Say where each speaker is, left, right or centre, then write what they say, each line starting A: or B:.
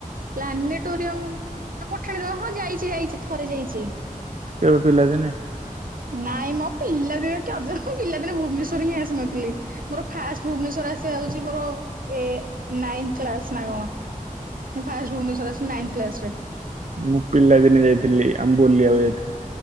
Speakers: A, on the right; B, on the right.
A: ପ୍ଲାନେଟୋରିୟମ ତ ପଠାଣି ହଁ ଯାଇଛି ଯାଇଛି ଥରେ ଯାଇଛି।
B: କେବେ ପିଲା ଦିନେ?
A: ନାଇଁ ମ ପିଲାଦିନେ କି ଅଜବ ମୁଁ ପିଲାଦିନେ ଭୁବନେଶ୍ୱର ହିଁ ଆସିନଥିଲି ମୋର ଫାଷ୍ଟ ଭୁବନେଶ୍ୱର ଆସିବା ହେଉଛି ମୋର ଏ ନାଇନ୍ କ୍ଲାସ୍ ନା କଣ। ମୁଁ ଫାଷ୍ଟେ ଭୁବନେଶ୍ୱର ଆସିଲି ନାଇନ କ୍ଲାସରେ।
B: ମୁଁ ପିଲାଦିନେ ଯାଇଥିଲି ଆମେ ବୁଲିବାକୁ ଯାଇଥିଲୁ।